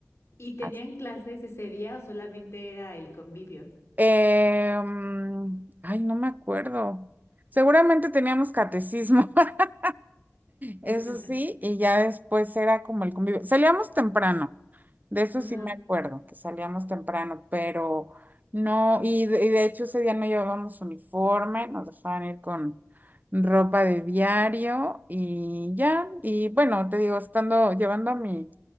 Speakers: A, on the left (about 60°); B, on the right (about 35°).
A: ¿Y tenían
B: Así.
A: clases ese día o solamente era el convivio?
B: Em, ay, no me acuerdo. Seguramente teníamos catecismo, <laughs> eso
A: <laughs>
B: sí, y ya después era como el convivio. Salíamos temprano, de eso
A: Ujú.
B: sí me acuerdo, que salíamos temprano, pero no, y de, y de hecho ese día no llevábamos uniforme, nos dejaban ir con ropa de diario y ya, y bueno, te digo, estando, llevando a mi